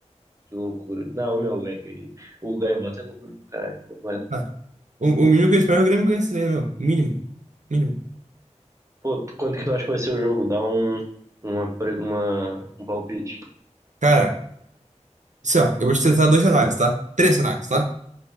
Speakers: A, on the right; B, on the right.
A: Que loucura. Não, meu, é- é- o Gaivota é loucura pra caralho. completo.
B: Ah, o, o mínimo que eu espero é que o Grêmio ganhe esse daí, meu. Mínimo. Mínimo.
A: Pô, quanto que tu acha que vai ser o jogo? Dá um, uma, pre- uma, um palpite.
B: Cara, assim, ó, eu vou te tentar dois cenários, tá? Três cenários, tá?